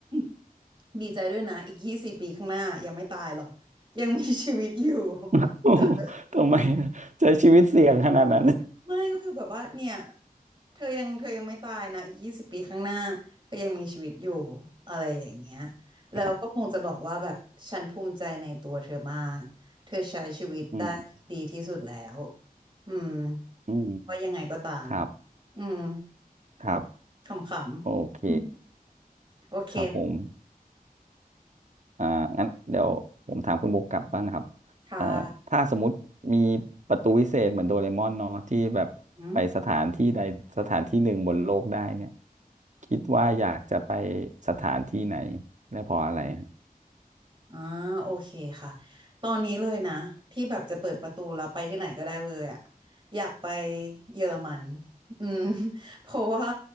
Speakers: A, on the right; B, on the right.
A: <clears throat> ดีใจด้วยนะอีกยี่สิบปีข้างหน้ายังไม่ตายหรอกยังมีชีวิตอยู่
B: <laughs> โอ้โหทำไม
A: <laughs>
B: ใช้ชีวิตเสี่ยงขนาดนั้น
A: ไม่ก็คือแบบว่าเนี่ยเธอยังเธอยังไม่ตายนะอีกยี่สิบปีข้างหน้าเธอยังมีชีวิตอยู่อะไรอย่างเงี้ย
B: <laughs>
A: แล้วก็คงจะบอกว่าแบบฉันภูมิใจในตัวเธอมากเธอใช้ชีวิตได้ดีที่สุดแล้ว
B: ครับอืม
A: อืม
B: อืม
A: ว่ายังไงก็ตาม
B: ครับ
A: อืม
B: ครับ
A: ขำๆอืม
B: โอเค
A: โอเค
B: ครับผมอ่างั้นเดี๋ยวผมถามคุณโบกกลับบ้างนะครับ
A: ค่ะ
B: เอ่อถ้าสมมติมีประตูวิเศษเหมือนโดเรมอนเนาะที่แบบไปสถานที่ใดสถานที่หนึ่งบนโลกได้เนี่ย
A: อืม
B: คิดว่าอยากจะไปสถานที่ไหนและเพราะอะไรฮะ
A: อ่าโอเคค่ะตอนนี้เลยนะที่แบบจะเปิดประตูแล้วไปที่ไหนก็ได้เลยอ่ะอยากไปเยอรมันอืม <laughs> เพราะว่า